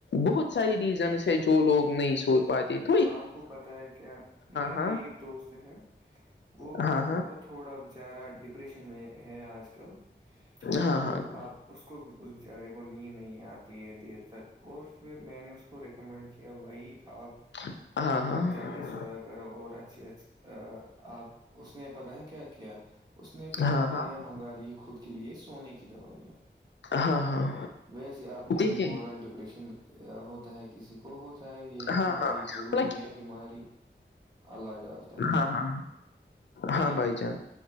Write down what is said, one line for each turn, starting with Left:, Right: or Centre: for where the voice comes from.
Left: بہت ساراری ریزنس ہے جو لوگ نہیں سوچ پاتے تھے
Right: ہاں آپ کو پتا ہے کیا میرا
Left: ہاں
Right: بھی ایک دوست ہے وہ
Left: ہاں
Right: وہ تھوڑا بچارا ڈپریشن میں ہے آج کل
Left: ہاں
Right: تو
Left: ہاں ہاں
Right: آپ اس کو اس بیچارے کو نیند نہیں آتی ہے دیر تک اور پھر میں نے اس کو ریکمنڈ کیا بھائی آپ
Left: <unintelligible> ہاں
Right: جلدی سویا کرو اور اچھی اچ ا آپ اس نے پتا ہے کیا کیا اس نے پھر
Left: ہاں
Right: دوائیاں
Left: ہاں
Right: منگا لی خود کے لیے سونے کی دوائیاں
Left: ہاں ہاں
Right: ویسے آپ نے
Left: دیکھیے
Right: ابھی بولا ڈپریشن ہوتا ہے کسی کو ہوتا ہے یہ
Left: ہاں
Right: بھائی
Left: ہاں
Right: ضروری
Left: مطلب
Right: ہے بیماری اللہ ڈالتے
Left: ہاں ہاں ہاں
Right: بھائی
Left: بائی چانس